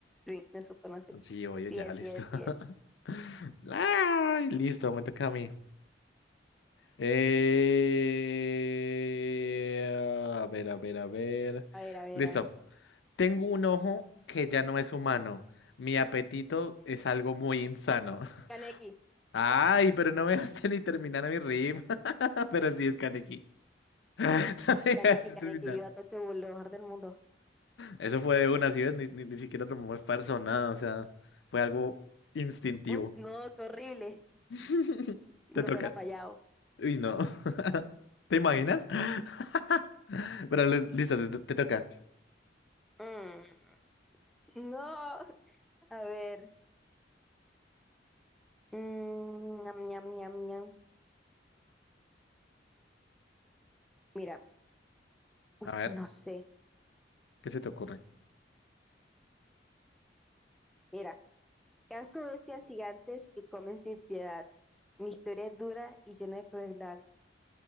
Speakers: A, in the centre; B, on the left.
A: sí, Nezuko, no sé.
B: Sí, oye,
A: Sí
B: ya,
A: es,
B: listo.
A: sí es, sí es.
B: <laughs> Ay, listo, me toca a mí. Eh, a ver, a ver, a ver.
A: A ver, a ver,
B: Listo.
A: a ver.
B: Tengo un ojo que ya no es humano. Mi apetito es algo muy insano. <laughs>
A: Kaneki,
B: Ay, pero no me <laughs> dejaste ni terminar mi rima, <laughs> pero sí es Kaneki. <laughs> No me dejaste
A: Kaneki, Kaneki,
B: terminar.
A: viva Tokio, lo mejor del mundo.
B: Eso fue de una, si ves, ni, ni, ni siquiera tomó esfuerzo, o nada, o sea, fue algo instintivo.
A: Uy, no, qué horrible.
B: <laughs>
A: No
B: Te toca.
A: fuera fallado.
B: Uy, no. <laughs> ¿Te imaginas? <laughs> Pero li- listo, te, te toca.
A: Mm, no, <laughs> a ver. Mm, ñam, ñam, ñam, ñam. Mira, uy,
B: A ver,
A: no sé.
B: ¿qué se te ocurre?
A: Mira, caso bestias gigantes que comen sin piedad. Mi historia es dura y llena de crueldad.